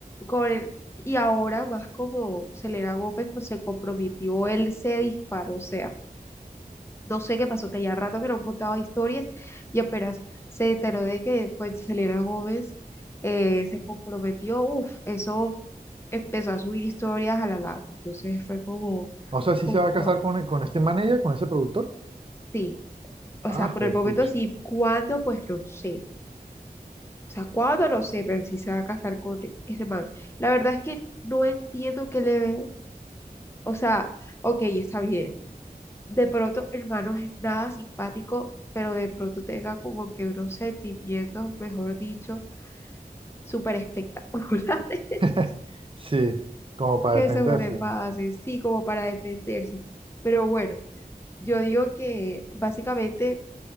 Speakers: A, on the left; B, on the right.
A: con el- y ahora más como Selena Gómez, pues se comprometió, él se disparó, o sea. No sé qué pasó, tenía rato que no contaba historias y apenas se enteró de que pues Selena Gómez eh, se comprometió, uff, eso empezó a subir historias a la lata. Entonces fue como
B: O sea, si
A: un
B: se va
A: shock.
B: a casar con, con este manager, con ese productor.
A: Sí, o
B: Ah,
A: sea, por
B: pues
A: el momento
B: pucha.
A: sí, ¿cuándo? Pues no sé. O sea, ¿cuándo? No sé, pero sí se va a casar con ese man. La verdad es que no entiendo qué le ve. O sea, ok, está bien de pronto el man no es nada simpático, pero de pronto tenga como que unos sentimientos, mejor dicho, súper espectaculares
B: <laughs>
A: <laughs>
B: Sí, como para
A: que
B: defenderse.
A: sobrepasen, sí, como para defenderse. Pero bueno, yo digo que básicamente